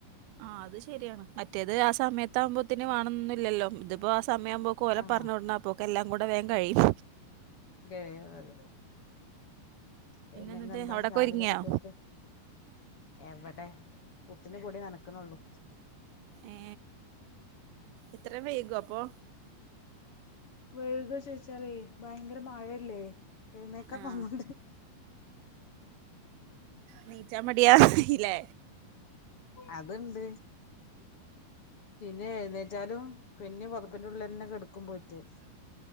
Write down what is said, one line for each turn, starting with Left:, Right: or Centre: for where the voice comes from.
Right: ആ അത് ശരിയാണ് മറ്റേത് ആ സമയത്ത് ആകുമ്പോത്തി തന്നെ വേണംന്നൊന്നുമില്ലല്ലോ ഇതിപ്പോ ആ സമയാവുമ്പോ ഓല
Left: ആഹ്
Right: പറഞ്ഞോടണാപ്പോക്കെ എല്ലാം കൂടെ വേഗം കഴിയും
Left: കഴിയും അതെ പിന്നെ
Right: എന്നിട്ട്
Left: ഇന്നെന്താ
Right: അവിടൊക്കെ
Left: രാവിലെ
Right: ഒരുങ്ങിയോ
Left: കുട്ടികൾക്ക് എവ ടെ പുട്ടിന് പൊടി നനക്കുന്നുള്ളു
Right: ഏ ഇത്രയും വൈകോ അപ്പൊ
Left: വൈകോ ചോദിച്ചാലേ ഭയങ്കര മഴയല്ലേ എഴുന്നേക്കാ
Right: ആ
Left: തോന്നണ്ടേ
Right: നീച്ചാ മടിയാ ല്ലേ
Left: അത്ണ്ട് പിന്നെ എഴുന്നേറ്റാലും പിന്നെ പുതപ്പിന്റെ ഉള്ളിലെന്നെ കെടക്കും പോയിറ്റ്